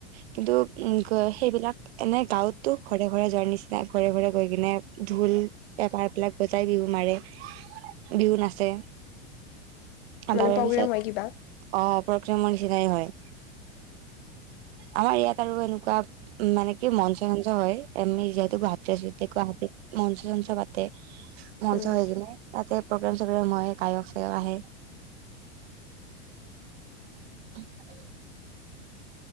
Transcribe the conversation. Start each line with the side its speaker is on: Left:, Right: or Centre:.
Right: কিন্তু। উম ক সেইবিলাক এনেই গাঁৱতো ঘৰে ঘৰে যোৱাৰ নিচিনা ঘৰে ঘৰে গৈ কিনে। ঢোল পেঁপা এইবিলাক বজাই বিহু মাৰে বিহু নাচে।
Left: মানে
Right: তাৰে
Left: প্ৰগ্ৰেম
Right: পিছত
Left: হয় কিবা
Right: অ প্ৰগ্ৰেমৰ নিচিনাই হয়। আমাৰ ইয়াত আৰু এনেকুৱা উম মানে কি মঞ্চ চঞ্চ হয় আমি যিহেতু গুৱাহাটীৰতে আছো এতিয়া গুৱাহাটীত মঞ্চ চঞ্চ পাতে মঞ্চ
Left: উম
Right: হৈ কিনে তাতে প্ৰগ্ৰেম চগ্ৰেম হয় গায়ক চায়ক আহে <inaudible>